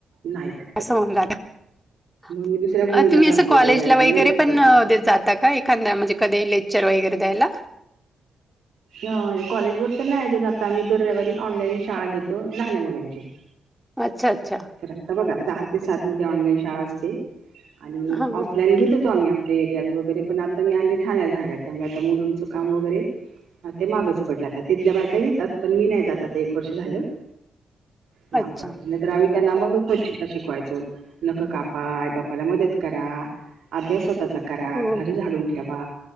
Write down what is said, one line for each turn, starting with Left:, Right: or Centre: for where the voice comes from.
Right: नाहीत ऐकत.
Centre: खाऊन झालं,
Right: मग मी दुसऱ्या पोरींना
Centre: तुम्ही
Right: सांगते
Centre: अस कॉलेजला
Right: बाई आईला
Centre: वैगरे
Right: मदत
Centre: पण
Right: कर.
Centre: अ देत जात काय काय एखांदा म्हणजे कधी लेक्चर वगैरे द्यायला.
Right: ह कॉलेज वर तर नाही अजून आता आम्ही दर रविवारी ऑनलाईन शाळा घेतो लहान्या मुलांची.
Centre: अच्छा अच्छा.
Right: तर आता बघा सहा ते सात मध्ये ऑनलाईन शाळा असते, आणि
Centre: हां हां
Right: ऑफलाईन घेत होतो आम्ही एरियात वगैरे पण आता मी आले ठाण्याला राहायला, त्यामुळे आता मुलूंडच काम वगैरे हा ते मागच पडल आता, तिथल्या बायका घेतात पण मी नाही जात आता एक वर्ष झालं. लांब
Centre: अच्छा
Right: पडत, नाही तर आम्ही त्यांना मग स्वचछता शिकवायचो नख कापा, आई बापाला मदत करा अभ्यासतच. करा,
Centre: हो.
Right: घर झाडून ठेवा